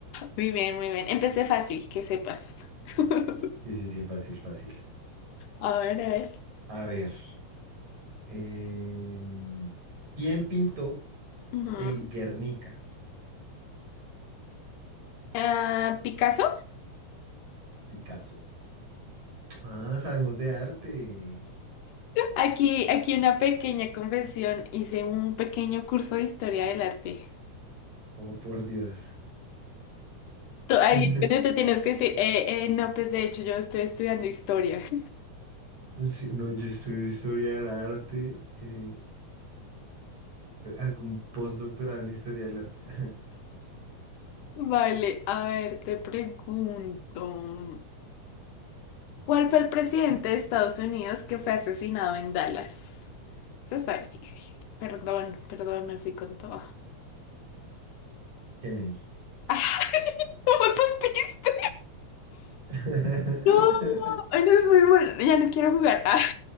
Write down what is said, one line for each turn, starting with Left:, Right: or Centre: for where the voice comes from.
Left: Muy bien, muy bien. Empecé fácil, que sepas. <laughs>
Right: Sí, sí, sí, fácil, fácil.
Left: A ver, a ver.
Right: A ver. em, ¿quién pintó
Left: Ujú.
Right: el Guernica?
Left: Ah, Picasso.
Right: Picasso. Ah, sabemos de arte.
Left: Aquí, aquí una pequeña confesión. Hice un pequeño curso de historia del arte.
Right: Oh, por Dios.
Left: Tú, ahí
Right: <laughs>
Left: es donde te tienes que decir, eh, eh, no, pues de hecho yo estoy estudiando historia. <laughs>
Right: Sí, no, yo estudio historia del arte, eh, hago un postdoctorado en historia del arte. Ajá,
Left: Vale, a ver, te pregunto. ¿Cuál fue el presidente de Estados Unidos que fue asesinado en Dallas? Eso está difícil. Perdón, perdón, me fui con todo.
Right: Kennedy.
Left: <laughs> ¿Cómo supiste?
Right: <laughs>
Left: No, no es muy bueno. Ya no quiero jugar. <laughs>